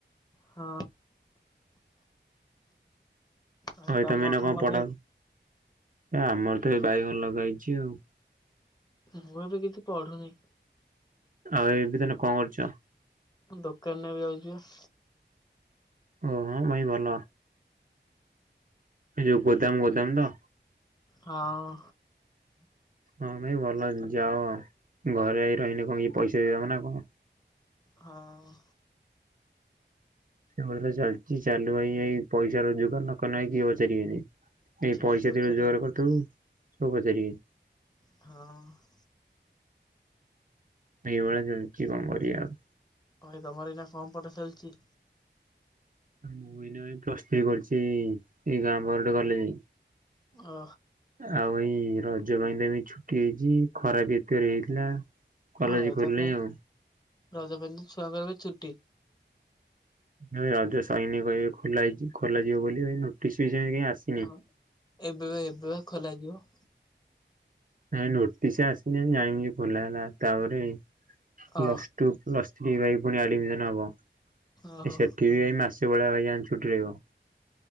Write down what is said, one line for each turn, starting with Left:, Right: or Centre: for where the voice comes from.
Left: ହଁ ଆଉ
Right: ଭାଇ
Left: ତମର
Right: ତମେ ଏଇନା
Left: କଣ ଲଗା
Right: ପଢା
Left: ହେଇଛି।
Right: ଏ ଆମର ତ ଏ ବାଇଗଣ ଲଗା ହେଇଛି ଆଉ।
Left: ମୁଁ ଏବେ କିଛି ପଢୁନେଇଁ।
Right: ଆଉ ଏମତି ତାହାଲେ କଣ କରୁଛ?
Left: ଦୋକାନ ଏବେ ଯାଉଛି ପା।
Right: ଓହୋ ଭାଇ ଭଲ। ଏଇ ଯୋଉ ଗୋଦାମ ଗୋଦାମ ତ।
Left: ହଁ।
Right: ହଁ ଭାଇ ଭଲ ଯାଅ ଘରେ ଆଇ ରହିଲି କଣ କି ପଇସା ଦେଇଦବ ନା କଣ।
Left: ହଁ।
Right: ସେଭଳି ତ ଚାଲିଛି ଚାଲୁ ଏଇ ପଇସା ରୋଜଗାର ନ ନହିଁ କିଏ ପଚାରିବେନି ଏ
Left: କେହି
Right: ପଇସା
Left: ପଚାରିବେନି
Right: ଦେଇ ରୋଜଗାର କରିଥିବୁ ସବୁ ପଚାରିବେ।
Left: ହଁ।
Right: ଏଇଭଳିଆ ଚାଲିଚି କଣ କରିବା ଆଉ।
Left: ଭାଇ ତମର ଏଇନା କଣ ପଢା ଚାଲିଛି।
Right: ମୁଁ ଏଇନା ଏଇ ପ୍ଲସ୍ ଥ୍ରୀ କରିଛି ଏଇ ଗାଁ ପାଖ ଗୋଟେ କଲେଜ ରେ।
Left: ଓ।
Right: ଆଉ ଏଇ ରଜ ପାଇଁ ନେମି ଛୁଟି ହେଇଛି ଖରାପ ଏତେରେ ହେଇଥିଲା କଲେଜ
Left: ହଁ ରଜା
Right: ଖୋଲିନି
Left: ପାଇଁ
Right: ଆଉ।
Left: ରଜ ପାଇଁ ତ ଛୁଆଙ୍କ ଏବେ ଛୁଟି।
Right: ଭାଇ ରଜ ସଇନେ କହିବେ ଖୋଲାହେଇଚି ଖୋଲାଯିବ ବୋଲି ନୋଟିସ୍ ବି ଆସ
Left: ହଁ ଏବେ ବା ଏବେ ବା ଖୋଲ ଯିବ।
Right: ନାଇଁ ନୋଟିସ ଆସିଲେ ଜାଣିିବୁ ଯେ ଖୋଲାହେଲା ତାପରେ ପ୍ଲସ
Left: ଅ
Right: ଟୁ ପ୍ଲସ ଥ୍ରୀ ଭାଇ ପୁଣି ଆଡମିଶନ ହବ
Left: ଓହୋ
Right: ଏ ସେଠି ବି ଭାଇ ମାସେ ଭଳିଆ ଭାଇଜାନ ଛୁଟି ରହିବ।